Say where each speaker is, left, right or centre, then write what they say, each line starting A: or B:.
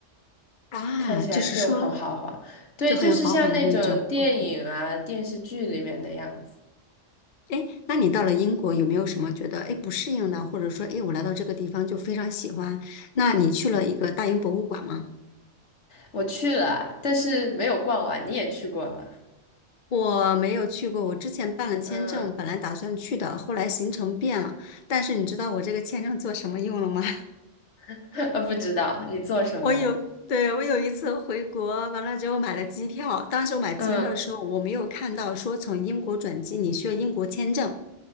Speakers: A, on the left; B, on the left.
A: <laughs> 啊？
B: 看起来就很豪华。
A: 就是说
B: 对，
A: 就很豪华的那种。
B: 就是像那种电影啊、
A: OK，
B: 电视剧里面的样子。
A: 哎，诶那你到了英国有没有什么觉得哎不适应的，或者说哎我来到这个地方就非常喜欢？那你去了一个大英博物馆吗？
B: 我去了，但是没有逛完。你也去过吗？
A: 我没有去过，我之前办了签证，
B: 嗯，
A: 本来打算去的，后来行程变了。但是你知道我这个签证做什么用了吗？
B: <laughs> 呃，不知道你做什么了。
A: 我有，对，我有一次回国，完了之后买了机票。当时我买机票的时候，
B: 嗯
A: 我没有看到说从英国转机你需要英国签证。